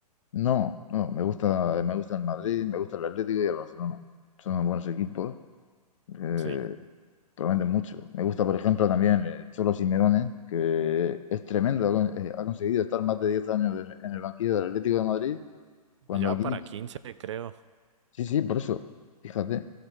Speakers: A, on the left (about 50°); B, on the right (about 50°).
A: No, no, me gusta, me gusta el Madrid, me gusta el Atlético y el Barcelona. Son buenos equipos, eh,
B: Sí.
A: prometen mucho. Me gusta, por ejemplo, también el Cholo Simeone, que es tremendo, ha con- eh, ha conseguido estar más de 10 años de- en el banquillo del Atlético de Madrid, cuando
B: Ya
A: aquí
B: para 15 creo.
A: Sí, sí, por eso. Fíjate,